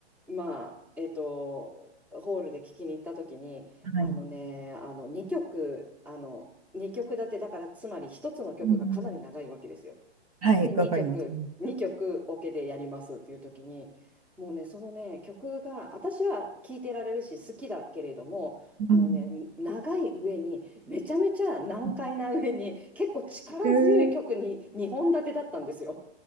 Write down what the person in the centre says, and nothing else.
まあ、えっと、ホールで聞きに行った時に、
あのね、あの、2曲、あの、2曲立てだからつまり一つの曲がかなり長いわけですよ。
で2曲2曲オケでやりますっていう時にもうねそのね曲が私は聴いてられるし好きだけれどもあのね長い上にめちゃめちゃ難解な上に結構力強い曲に2本立てだったんですよ。